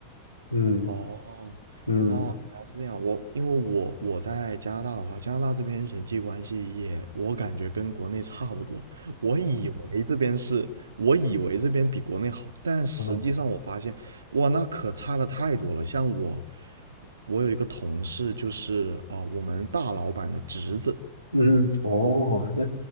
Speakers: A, on the left; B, on the right.
A: 嗯
B: 哦，
A: 嗯。
B: 那原来是这样。我因为我我在加拿大的话，加拿大这边人际关系也，我感觉跟国内差不多。我以为这边是，我以为这边比国内好，但实际上我发现，
A: 哦
B: 哇，那可差的太多了。像我，我有一个同事，就是啊、呃我们大老板的侄子，
A: 嗯，哦，那